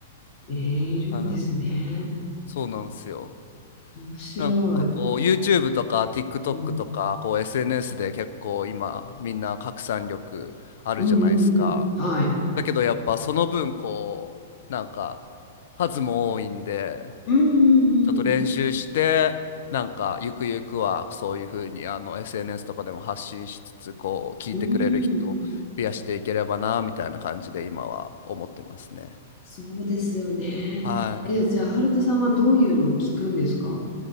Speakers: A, on the left; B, on the left.
A: えー、いるんですね。
B: はい。そうなんですよ。
A: 面白い。
B: なんかこう YouTube とか TikTok
A: うん、
B: とかこう SNS で結構今みんな拡散力あるじゃないですか。
A: うんうんうん。はい。
B: だけどやっぱその分こうなんか数も多いんで
A: うんうん
B: ちょっと練習して、なんかゆくゆくはそういうふうにあの SNS とかでも発信しつつ、こう聞いてくれる人を増やしていければな、
A: うん。うん。
B: みたいな感じで今は思ってますね。
A: そうですよね。
B: はい。
A: え、じゃあ、ハルトさんはどういうのを聞くんですか